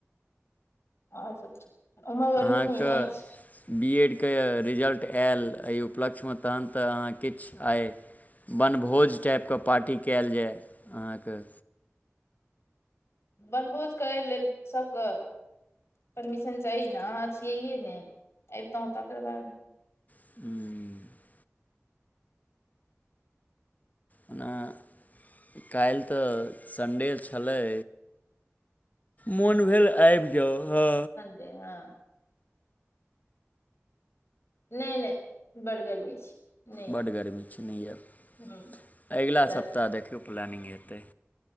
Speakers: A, on the left; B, on the left.
A: आओर सब ठीक उम्हर गर्मी
B: अहाँके
A: नहि अछि
B: बी एड के रिजल्ट आयल, एहि उपलक्ष्यमे तखन तऽ अहाँ किछु आय वनभोज टाइपके पार्टी कयल जाय अहाँके
A: वनभोज करय लेल सभके परमिशन चाही ने। अहाँ छियैे ने, अबितौं तकर बाद
B: <inaudible> हँ काल्हि तऽ संडे छलै मोन भेल आबि जाउ हँ
A: तेहें <unintelligible> नहि नहि, बड्ड गर्मी छै नहि
B: बड्ड गर्मी छै नहि एब।
A: ह
B: अगिला
A: रास्ता
B: सप्ताह देखियौ प्लानिंग हेतै